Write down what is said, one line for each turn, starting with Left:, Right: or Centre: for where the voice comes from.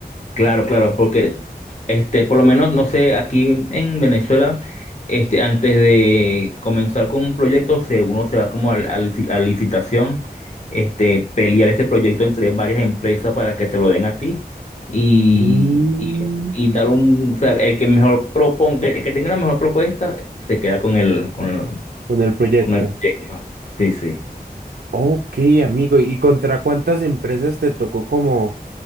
Left: Claro, claro, porque este, por lo menos, no sé, aquí en Venezuela, este, antes de comenzar con un proyecto, se, uno se va como al- al lici- a, licitación, este, pelear ese proyecto entre varias empresas para que te lo den a ti y,
Right: Mm,
Left: y, y dar un, o sea, el que mejor proponga, el que tenga la mejor propuesta, se queda con el, con el,
Right: con el proyecto.
Left: con el proyecto. Sí, sí.
Right: Ok, amigo, ¿y contra cuántas empresas te tocó como